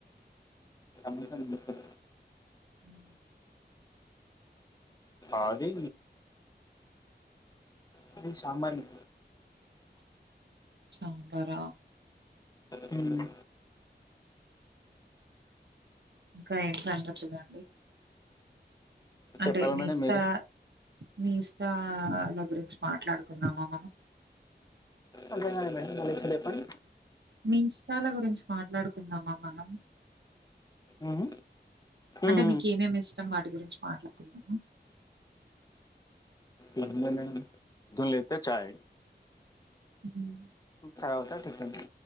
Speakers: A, on the left; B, on the right.
A: మెంతికూర
B: ఉ
A: ఆది మాది సాంబారిక
B: సాంబారా
A: హ్మ్మ్
B: ఇంకా ఏంటి సంగతులండి అంటే
A: చెప్పాలి
B: మీస్తా
A: మేడం మీరే
B: మీ ఇష్టాల గురించి మాట్లాడుకుందామా మనం
A: అర్థం కాలే మేడం మళ్ళీ ఒక్కసారి చెప్పండి
B: మీ ఇష్టాల గురించి మాట్లాడుకుందామా మనం
A: మ్మ్.
B: అంటే
A: ఏం
B: మీకు ఏమేమి ఇష్టం వాటి గురించి మాట్లాడుకుందమ
A: ఏమి లేదండి లేకపోతే చాయ్
B: హ్మ్మ్
A: తాగుతా టిఫిన్ టీ